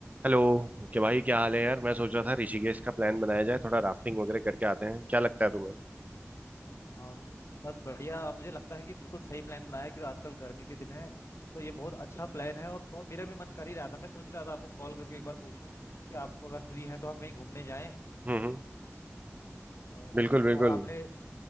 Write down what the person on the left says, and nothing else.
हम बस बढ़िया मुझे लगता है कि बिल्कुल सही प्लान बनाया है, क्योंकि आजकल गर्मी के दिन है तो ये बहुत अच्छा प्लान है और बहुत मेरा भी मन कर ही रहा था मैं सोच रहा था आपको कॉल करके एक बार पूछूं कि आप अगर फ्री हैं तो हम कहीं घूमने जाएं
और
और आपने